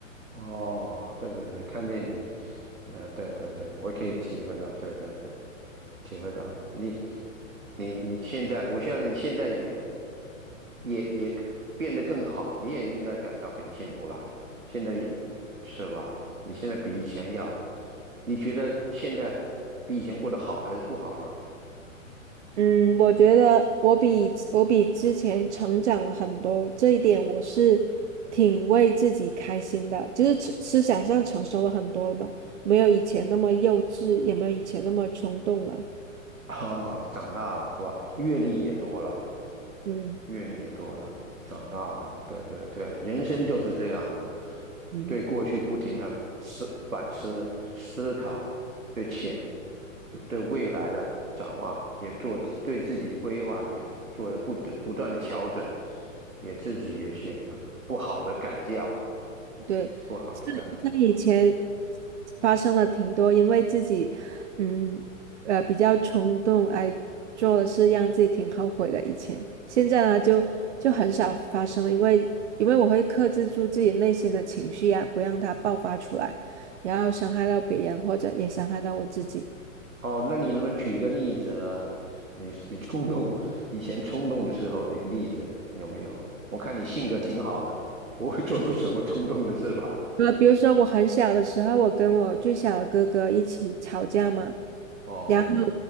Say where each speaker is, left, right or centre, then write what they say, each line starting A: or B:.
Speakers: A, on the right; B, on the right.
A: 哦，对对对，看见你，呃，对对对，我可以体会到，对对对，体会到你，你你现在，我相信你现在也也也变得更好，你也应该感到很幸福了。现在是吧？你现在比以前要，你觉得现在比以前过得好还是不好呢？
B: 嗯，我觉得我比我比之前成长了很多，这一点我是挺为自己开心的，就是成思想上成熟了很多了嘛，没有以前那么幼稚，也没有以前那么冲动了。
A: 啊，长大了是吧？阅历也多了，
B: 嗯。
A: 阅历也多了，长大了，对对对，人生就是这样子的，
B: 嗯。
A: 对过去不停的思反思、思考，对前、对未来的展望也做，对自己的规划也做了不不断的调整，也自己也些不好的改掉，
B: 对，
A: 不好的改掉。
B: 像像以前发生了挺多，因为自己嗯呃比较冲动而做的事，让自己挺后悔的。以前，现在呢就就很少发生了，因为因为我会克制住自己内心的情绪呀、不让它爆发出来，然后伤害到别人或者也伤害到我自己。
A: 哦，那你能不能举一个例子呢？你你冲动以前冲动的时候的一个例子有没有？我看你性格挺好的，不会做出什么冲动的事吧？
B: 呃，比如说我很小的时候，我跟我最小的哥哥一起吵架嘛。
A: 哦
B: 然后。